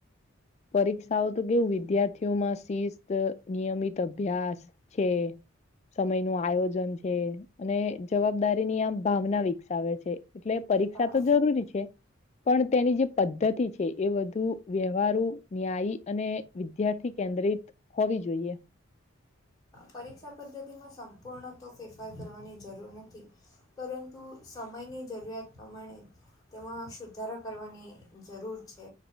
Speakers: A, on the left (about 35°); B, on the left (about 15°).
A: પરીક્ષાઓ તો કેવું વિદ્યાર્થીઓમાં શિસ્ત નિયમિત અભ્યાસ છે સમય નું આયોજન છે અને જવા બદારી ની આમ ભાવના વિકસાવે છે એટલે પરીક્ષા
B: હા
A: તો જરૂરી છે. પણ તેની જે પદ્ધતિ છે એ વધુ વ્યવ ન્યાયી અને વિદ્યાર્થી કેન્દ્રિત હોવી જોઈએ.
B: પરીક્ષા પદ્ધતિમાં સંપૂર્ણ તો ફેરફાર કરવાની જરૂર નથી. પરંતુ સમયની જરૂરિયાત પ્રમાણે- - તેમાં સુધારા કરવાની જરૂર છે.